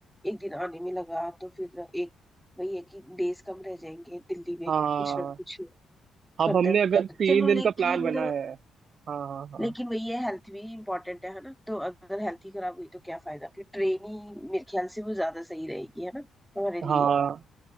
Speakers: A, in the centre; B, on the right.
A: एक दिन आने में लगा तो फिर एक वही है कि डेज कम रह जाएंगे दिल्ली में
B: हाँ
A: कुछ ना कुछ
B: अब
A: फर्दर
B: हमने अगर तीन
A: चलो
B: दिन
A: लेकिन
B: का प्लान बना है हाँ हाँ
A: लेकिन वही है हेल्थ भी इम्पोर्टेंट है है ना तो अगर हेल्थ ही खराब हुई तो क्या फायदा फिर ट्रेन ही मेरे ख्याल से वो ज्यादा सही रहेगी है ना हमारे
B: हाँ
A: लिए
B: हाँ।